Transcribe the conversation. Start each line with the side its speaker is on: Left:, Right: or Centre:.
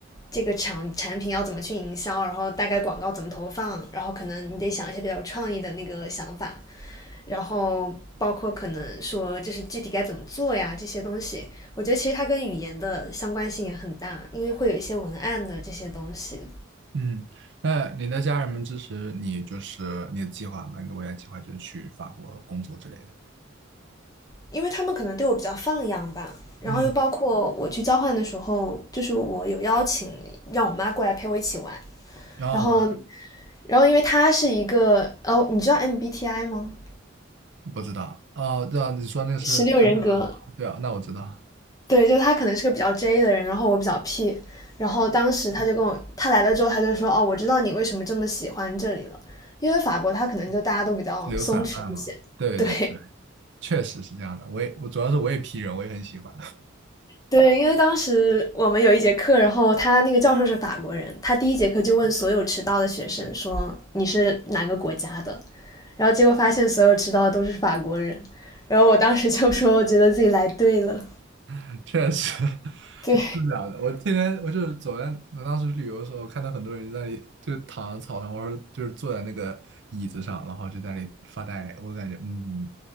Left: 这个产产品要怎么去营销，然后大概广告怎么投放，然后可能你得想一些比较有创意的那个想法，然后包括可能说就是具体该怎么做呀这些东西，我觉得其实它跟语言的相关性也很大，因为会有一些文案的这些东西。
Right: 嗯，那你的家人们支持你，就是你的计划吗？你的未来计划就是去法国工作之类的。
Left: 因为他们可能对我比较放养吧。然后又包括我去交换的时候，
Right: 嗯，
Left: 就是我有邀请让我妈过来陪我一起玩，
Right: 哦，
Left: 然后，然后因为她是一个哦，你知道 MBTI 吗？
Right: 不知道，哦，对啊，你说那个是，
Left: 十六人格，
Right: 对啊，那我知道，
Left: 对，就她可能是个比较 J 的人，然后我比较 P，然后当时她就跟我，她来了之后，她就说哦，我知道你为什么这么喜欢这里了，因为法国她可能就大家都比较松弛一些，
Right: 自由散漫嘛，对对，
Left: 对，
Right: 确实是这样的。我也，我主要是我也 P 人，我也很喜欢，
Left: 对，因为当时我们有一节课，然后他那个教授是法国人，他第一节课就问所有迟到的学生说你是哪个国家的，然后结果发现所有迟到的都是法国人，然后我当时就说我觉得自己来对了，
Right: <laughs> 确实
Left: 对
Right: 是这样的。我天天我就是走在，我当时旅游的时候，看到很多人在那里就躺在草上，或者就是坐在那个椅子上，然后就在那里发呆，我感觉嗯，